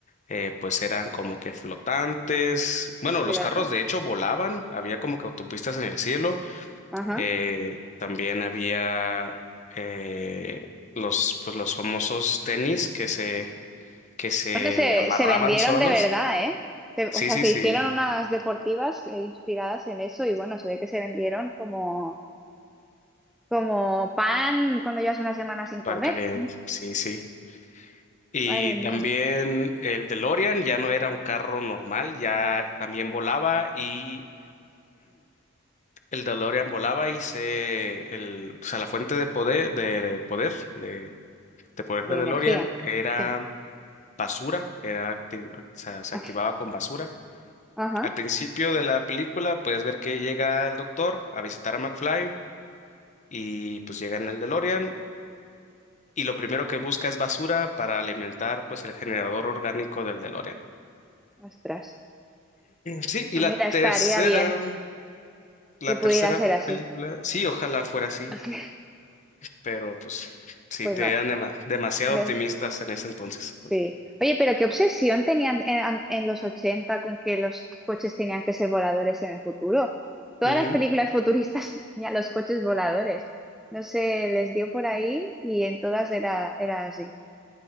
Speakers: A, on the left; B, in the centre.
A: eh, pues eran como que flotantes. Bueno,
B: Claro.
A: los carros de hecho volaban, había como que autopistas en el cielo.
B: Ajá.
A: Eh, también había eh, los pues los famosos tenis que se que se
B: Bueno, se,
A: amarraban
B: se vendieron
A: solos.
B: de verdad, ¿eh? Se- o
A: Sí,
B: sea,
A: sí,
B: se
A: sí,
B: hicieron unas deportivas eh, inspiradas en eso y bueno, se ve que se vendieron como, como pan cuando llevas una semana sin comer.
A: pan caliente. Sí, sí. Y
B: Madre mía,
A: también el DeLorean ya no era un carro normal, ya también volaba y el DeLorean volaba y se, el, o sea, la fuente de poder, de poder, de, de poder
B: de
A: de DeLorean
B: energía.
A: era
B: Sí.
A: basura, era acti- o sea, se
B: <laughs>
A: activaba con basura.
B: Ajá.
A: Al principio de la película puedes ver que llega el doctor a visitar a McFly y pues llega en el DeLorean y lo primero que busca es basura para alimentar pues el generador orgánico del DeLorean.
B: Ostras.
A: Sí, y
B: Ah,
A: la
B: Mira, estaría
A: tercera,
B: bien
A: la
B: que pudiera
A: tercera
B: ser así.
A: película, sí, ojalá fuera así.
B: <laughs>
A: pero pues sí,
B: Pues
A: te eran dema- demasiado
B: no.
A: optimistas en ese entonces.
B: Sí. Oye, pero qué obsesión tenían en, an- en los 80 con que los coches tenían que ser voladores en el futuro. Todas
A: Ujú,
B: las películas futuristas <laughs> tenían los coches voladores. No sé, les dio por ahí y en todas era, era así.